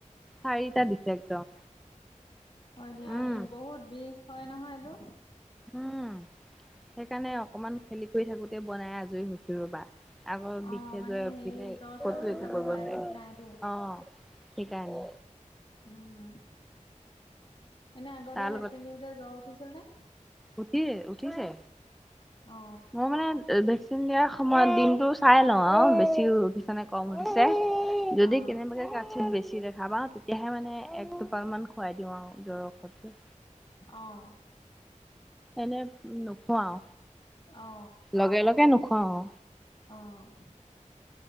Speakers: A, in the centre; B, on the left.
A: চাৰিটা দিছে একদম।
B: হয় দিয়া,
A: উম
B: এই বহুত বিষ হয় নহয় এইটো।
A: উম'সেইকাণে অকমান খেলি কৰি থাকোঁতেই বনাই আজৰি হৈু হৈছো ৰ'বা। আগৰ
B: অ
A: বিষে
B: মানে
A: জে উঠিলে
B: হেৰি জ্বৰ
A: ক'তো
B: চৰ উঠি
A: একো
B: যাব
A: কৰিব
B: পাৰে
A: নোৱাৰে।
B: ঠিক নাইতো
A: অঁ' ঠিকাই নি।
B: উম' এনে আগতে
A: তাৰ লগত
B: ভেকচিন দিওঁতে জ্বৰ উঠিছিল নে।
A: উঠি উঠিছে,
B: অ
A: মোৰ মানে- ভেকচিন দিয়াৰ সময়ত দিনটো চাই লওঁ আৰু বেছি উঠিছেনে কম উঠিছে। যদি
B: অ
A: কেনেবাকে কাতচিত বছি ৰাগ- ভাবা তেতিয়াহে মানে এক টোপাল মান খুৱাই দিওঁ আৰু জ্বৰ ঔষধ।
B: অঁ'
A: এনে নোখোৱাওঁ
B: অ
A: লগে লগে নোখুৱাওঁ।
B: অঁ